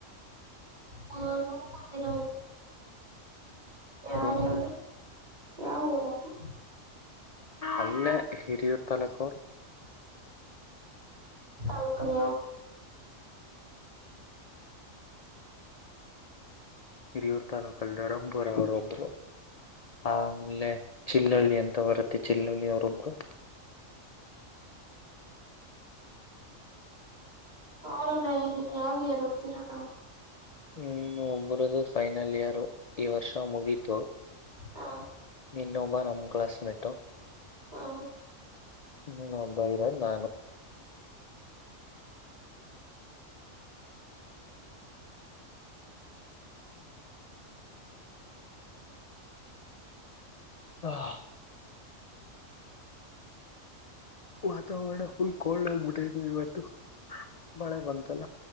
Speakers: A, on the right; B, on the left.
A: ಹ ರೂಪಂದರ ಯಾರ
B: ರೂಮಗೆ
A: ಯಾರು ಯಾವ ಊರು ಪ್ಪ
B: ಅಲ್ಲೇ ಹಿರಿಯೂರ್ ತಾಲೂಕ್
A: ಲೋಕಲ
B: ಹಿರಿಯೂರು ತಾಲೂಕಲ್ಲಿ ದರಂಬುರ ಅವ್ರೊಬ್ರು ಆಮಲೆ ಚಿಲ್ಲಳ್ಳಿ ಅಂತ ಬರುತ್ತೆ ಚಿಲ್ಲಳ್ಳಿ ಅವ್ರೊಬ್ರು
A: ಅವರೆಲ್ಲ ಏ ಯಾವ ಯಾರ ಗತ್ತಿರೋದು
B: ಹ್ಮ್ ಒಬರದು ಫೈನಲ್ ಇಯರ್ ಈ ವರ್ಷ ಮುಗೀತು
A: ಹಾ
B: ಇನ್ನೊಬ್ಬ ನಮ ಕ್ಲಾಸ್ ಮೆಟ್ಟು
A: ಹಾ
B: ಹ್ಮ ಒಬೈರ ನಾನು್ಮ ಹಾ ವಾತಾವರಣ ಫುಲ್ ಕೋಲ್ಡ್ ಆಗ್ಬಿಟ್ಟವಿ ಇವತ್ತು ಮಳೆ ಬಂತಲ್ಲ